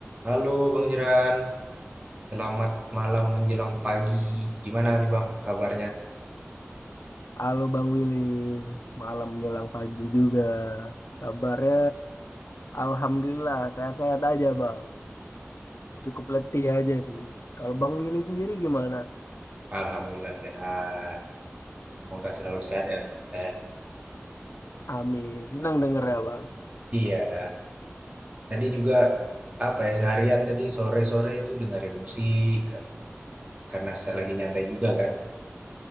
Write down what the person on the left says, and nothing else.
Halo Bang Willy, malam menjelang pagi juga. Kabarnya Alhamdulillah sehat-sehat aja Bang. Cukup letih aja sih. Kalau Bang Willy sendiri gimana?
Amin. Senang denger ya Bang.